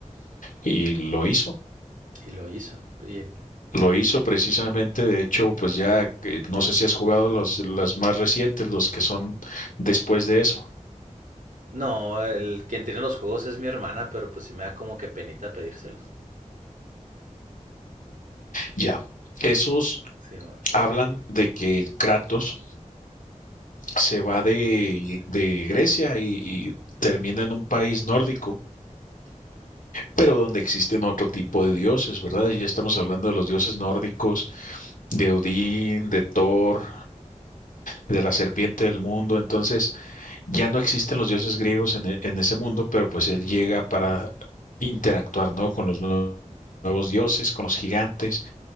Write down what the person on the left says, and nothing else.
Y lo hizo.
Lo hizo precisamente, de hecho, pues ya que- no sé si has jugado los, las más recientes, los que son después de eso.
Ya. Esos
hablan de que Kratos se va de, de Grecia y, y termina en un país nórdico, pero donde existen otro tipo de dioses, ¿verdad? Ya estamos hablando de los dioses nórdicos, de Odín, de Thor, de la serpiente del mundo. Entonces, Ya no existen los dioses griegos en, e- en ese mundo, pero pues él llega para interactuar, ¿no? Con los nue- nuevos dioses, con los gigantes.